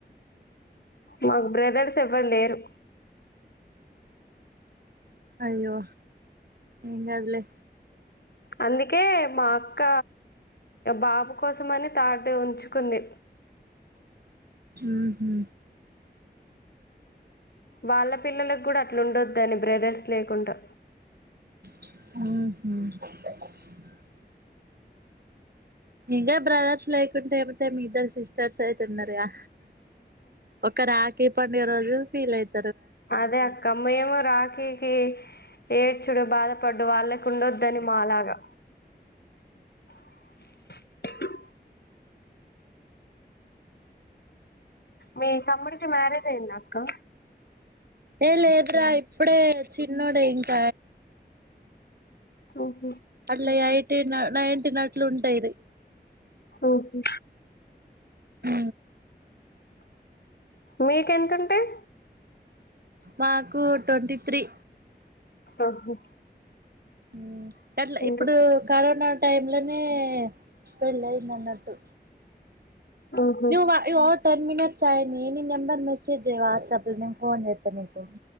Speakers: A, on the left; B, on the right.
A: మాకు బ్రదర్స్ ఎవ్వరు లేరు.
B: అయ్యో ఏంకాదులే
A: అందుకే మా అక్క బాబు కోసం అని థార్డ్ ఉంచుకుంది
B: ఉహు
A: వాళ్ళ పిల్లలలకు కూడా అట్లుండొద్దని బ్రదర్స్ లేకుండా
B: ఆహా ఇంకా బ్రదర్స్ లేకుంటే ఏమతే మీ ఇద్దరు సిస్టర్స్ అయితే ఉన్నారుగా ఒక రాజ ఈ పండి రోజు ఫీల్ అయిద
A: అదే అక్క మెమ్ రాకీ కి ఏడ్చుడు బాధపడ్డు వాళ్ళకు ఉండొద్దని మా లాగా <inaudible> మీ తమ్ముడికి మ్యారేజ్ అయిందా కా
B: ఏ లేదురా ఇప్పుడే చిన్నోడే ఇంక
A: ఊహు
B: అట్లా ఎయిటీన్ నై టీ <unintelligible> ఇట్లుంటాయి
A: ఊహు
B: అ
A: మీకెంతంటాయి
B: మాకు ట్వంటీ త్రీ
A: ఆహా
B: ఉ అట్లా
A: ట్వంటీ
B: ఇప్పుడు
A: సిక్స్
B: కరోనా టై లోనే పెళ్ళయింది అన్నట్టు
A: ఆహా
B: నువ ఇగో టెన్ మినిట్స్యయి నీ నెబర్ మెసేజ్యి వాట్సప్ లా నేను ఫోన్ చేస్తా నీకు